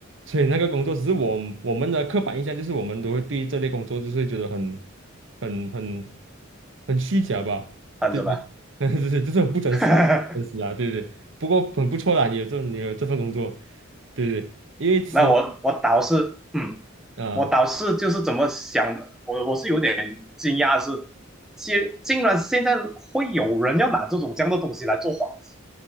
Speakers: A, on the right; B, in the centre.
A: 所以那个工作只是我我们的刻板印象就是我们都会对这类工作就是会觉得很很很很虚假吧？
B: 很看着吧。
A: 对对，<laughs> 就是就是很不真实的，
B: <laughs>
A: 真实啊，对对。不过很不错啦，你有这你有这份工作，对对，因为私人
B: 那我我倒是，嗯，
A: 啊。
B: 我倒是就是怎么想的，我我是有点惊讶是，竟竟然现在会有人要拿这种这样的东西来做幌子，